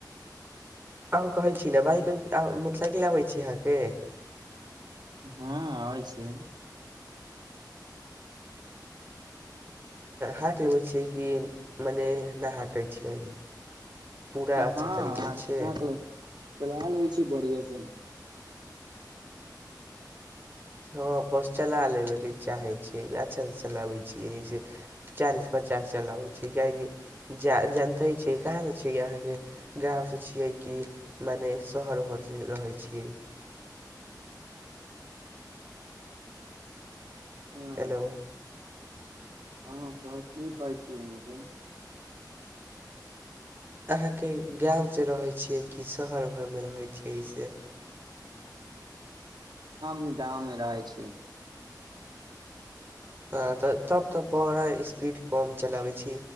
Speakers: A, on the right; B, on the right.
A: आओर कहैत छी ने बाइक मोटरसाइकिल आबैत छी अहाँके
B: हँ आबै छी
A: हाँकि लेबै छियै कि मने नहा कहै छियै पूरा
B: हँ
A: अच्छा तरीका से
B: कह चला लेै छी बढ़िआ से
A: हँ बस चला लेबयके चाहै छियै अच्छासँ चलाबै छियै एहिस चालीस पचास चलाबै छै कियकि जा जानते छियै कहाँसँ छिय अहाँके गाँंव से छियै कि मने शहर ओहर से रहे छीयै
B: हँ
A: हेलो
B: हँ कह कहै छी अहाँके
A: अहाँके गाँवसँ रहै छियै कि शहर उहर मे रहैत छियै एहि से
B: हम गाँव मे रहै छी
A: हँ तऽ तब तऽ बड़ा स्पीड कम चलाबैत छी